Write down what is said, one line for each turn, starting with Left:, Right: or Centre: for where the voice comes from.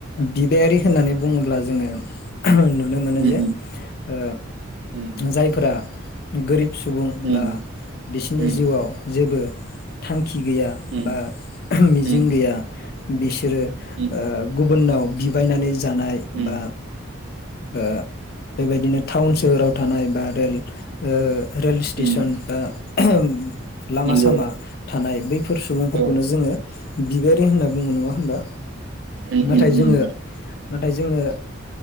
Left: बिबायारि होननानै बुङोब्ला जोङो नुनो मोनो
Right: उम
Left: जे ओ
Right: उम
Left: जायफोरा गोरिब सुबुं
Right: उम
Left: बा बिसिनि
Right: उम
Left: जिउआव जेबो थांखि गैया।
Right: उम
Left: बा मिजिं
Right: उम
Left: गैया बिसोरो
Right: उम
Left: ओ गुबुननाव बिबायनानै जानाय
Right: उम
Left: बा ओ बेबायदिनो टाउन सोहोराव थानाय बा रेल ओ रेल स्टेसन
Right: उम
Left: बा ओहोम <inaudible> लामा
Right: नंगौ
Left: सामा थानाय बैफोर सुबुं फोरखौनो
Right: औ
Left: जोङो बिबायारि होना बुङो नङा होनबा
Right: उम
Left: नाथाय
Right: उम
Left: जोङो
Right: उम
Left: नाथाय जोङो